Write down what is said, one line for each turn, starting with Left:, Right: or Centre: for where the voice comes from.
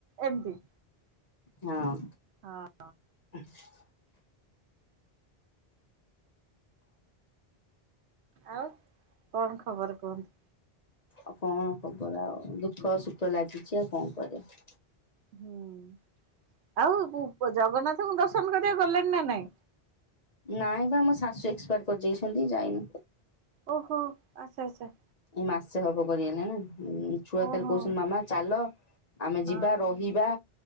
Right: ଏମତି।
Left: ହଁ।
Right: ହଁ।
Left: ହଁ
Right: ଆଉ କଣ ଖବର କୁହନ୍ତୁ।
Left: ଆଉ କଁ ଖବର ଆଉ ଦୁଃଖ ସୁଖ ଲାଗିଛି ଆଉ କଣ କରିବା।
Right: ହୁଁ ଆଉ ପୁ ପ ଜଗନ୍ନାଥଙ୍କୁ ଦର୍ଶନ କରିବାକୁ ଗଲେଣି ନା ନାଇଁ।
Left: ନାଇଁ ବା ଆମ ଶାଶୁ ଏକ୍ସପାଡ୍ କରିଯାଇଛନ୍ତି ଯାଇନୁ।
Right: ଓହୋ ଆଛ ଆଛା।
Left: ଏଇ ମାସେ ହବ କରିଗଲେ ନା ଏ ଛୁଆ
Right: ଓହୋ
Left: ଖାଲି କହୁଛନ୍ତି ମାମା ଚାଲ ଆମେ
Right: ହଁ
Left: ଯିବା ର ହିବା